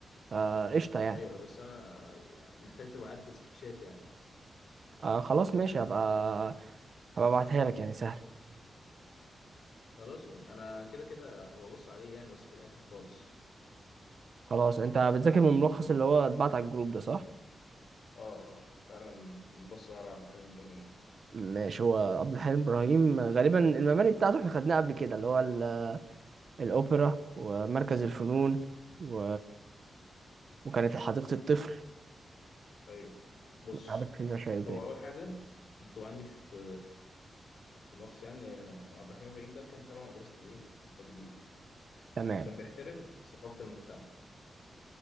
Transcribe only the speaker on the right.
فقشطة يعني
آه خلاص ماشي هبقى هبقى ابعتها لك يعني سهل
خلاص انت بتذاكر من الملخص اللي هو اتبعت على الجروب ده صح؟
ماشي هو عبد الحليم ابراهيم غالبا المباني بتاعته احنا خدناها قبل كده اللي هو ال- الاوبرا ومركز الفنون و... وكانت حديقة الطفل
عارف في شيء تاني
تمام